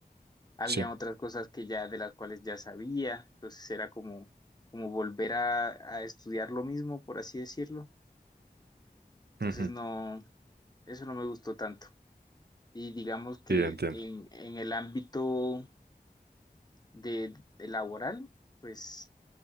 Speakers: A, on the left; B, on the right.
A: Habían
B: Sí,
A: otras cosas que ya de las cuales ya sabía. Entonces era como, como volver a, a estudiar lo mismo, por así decirlo. Entonces
B: ujú,
A: no, eso no me gustó tanto. Y digamos que
B: sí, entiendo.
A: en, en el ámbito de, de laboral, pues